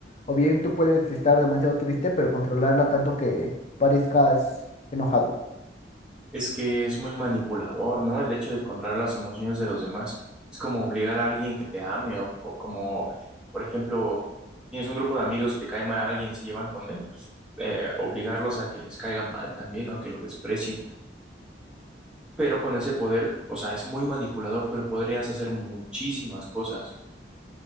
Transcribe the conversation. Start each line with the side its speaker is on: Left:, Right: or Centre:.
Left: o bien tú puedes estar demasiado triste, pero controlarla tanto que parezcas enojado.
Centre: Es que es muy manipulador, ¿no? El hecho de controlar las emociones de los demás. Es como obligar a alguien que te ame o, o como, por ejemplo, tienes un grupo de amigos y te cae mal alguien y se llevan con él, pues eh, obligarlos a que les caiga mal también o a que lo desprecien. Pero con ese poder, o sea, es muy manipulador, pero podrías hacer muchísimas cosas.